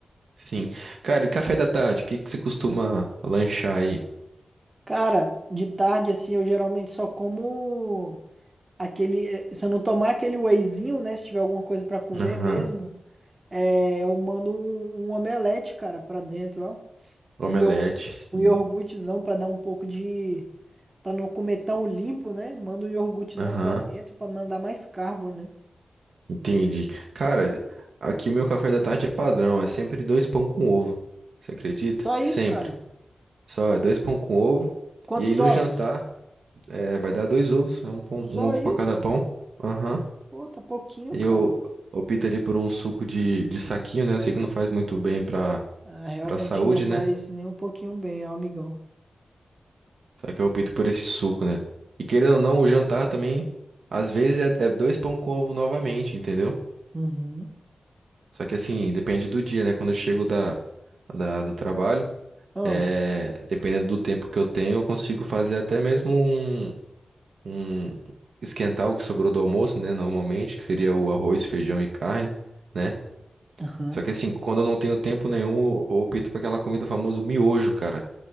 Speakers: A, on the right; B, on the right.
A: Sim. Cara, e café da tarde, o que que você costuma lanchar aí?
B: Cara, de tarde, assim, eu geralmente só como aquele. eh, Se eu não tomar aquele wheyzinho, né? Se tiver alguma coisa pra comer
A: Aham.
B: mesmo, é, eu mando um, um omelete, cara, pra dentro, ó. Com,
A: Omelete,
B: ior,
A: sim.
B: com iogurtezão pra dar um pouco de. Pra não comer tão limpo, né? Manda um iogurtezão
A: Aham.
B: pra dentro pra mandar mais carbo, né?
A: Entendi. Cara, aqui meu café da tarde é padrão, é sempre dois pão com ovo. Você acredita?
B: Só
A: Sempre.
B: isso, cara?
A: Só é dois pão com ovo.
B: Quantos
A: E aí no
B: ovos?
A: jantar é, vai dar dois ovos, né? Um, pão-
B: Só
A: um ovo
B: isso?
A: pra cada pão. Aham.
B: Pô, tá pouquinho,
A: E
B: cara.
A: eu opto ali por um suco de, de saquinho, né? Eu sei que não faz muito bem pra,
B: Ah, realmente
A: pra saúde,
B: não faz
A: né?
B: nem um pouquinho bem, ó, amigão.
A: Só que eu opto por esse suco, né? E querendo ou não, o jantar também, às vezes é, é dois pão com ovo novamente, entendeu?
B: Uhum.
A: Só que assim, depende do dia, né? Quando eu chego da, da, do trabalho.
B: Ah,
A: É, dependendo do tempo que eu tenho, eu consigo fazer até mesmo um, um- esquentar o que sobrou do almoço, né? Normalmente, que seria o arroz, feijão e carne, né?
B: Aham.
A: Só que assim, quando eu não tenho tempo nenhum, eu eu opto por aquela comida famosa, o miojo, cara.